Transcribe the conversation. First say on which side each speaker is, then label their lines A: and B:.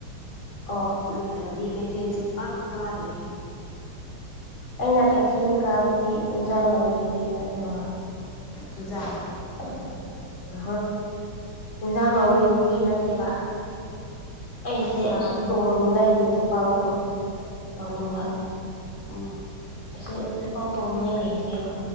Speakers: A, on the left; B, on the left.
A: ꯑꯣ
B: ꯇ ꯀꯦ ꯊꯅꯁ ꯄꯥꯛꯀꯗꯤꯦ
A: ꯑꯩꯅ ꯀꯩꯊꯦꯜ ꯀꯥꯕꯗꯤ ꯏꯟꯁꯥꯡ ꯂ ꯂꯧꯅꯤꯡꯕꯒꯤ ꯅꯠꯇꯕ
B: ꯆꯨꯖꯥꯛ
A: ꯎ ꯎꯝ ꯌꯦꯟꯁꯥꯡ ꯂꯎꯕꯤꯡꯕꯒꯤ ꯅꯠꯇꯦꯕ ꯑꯩꯁꯦ
B: ꯁꯥ ꯂꯧꯔꯒ
A: ꯇꯣꯡꯅꯤꯡꯉꯥꯏꯒꯤ ꯆꯄꯥꯛꯜꯗꯣ ꯂꯧꯅꯤꯡꯕ
B: ꯎꯥ
A: ꯑꯩꯁꯦꯦ ꯄꯥꯛ ꯇꯣꯡꯅꯤꯡꯉꯥꯏ ꯂꯩꯇ꯭ꯔꯦꯕ